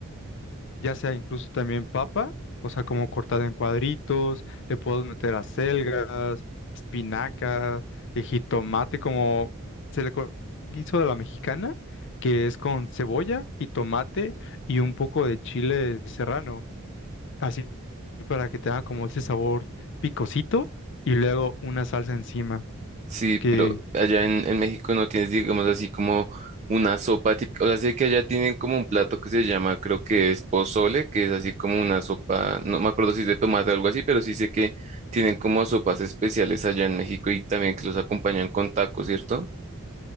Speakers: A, on the left (about 55°); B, on the right (about 30°).
A: ya sea incluso también papa, o sea, como cortada en cuadritos, le puedo meter acelgas, espinacas, eh, jitomate, como se le conoce guiso de la mexicana, que es con cebolla, jitomate y un poco de chile serrano, así para que tenga como ese sabor picosito y luego una salsa encima,
B: Sí,
A: que
B: pero allá en, en México no tienes, digamos así, como una sopa típica. O sea, sé que allá tienen como un plato que se llama, creo que es pozole, que es así como una sopa, no me acuerdo si es de tomate o algo así, pero sí sé que tienen como sopas especiales allá en México y también que los acompañan con tacos, ¿cierto?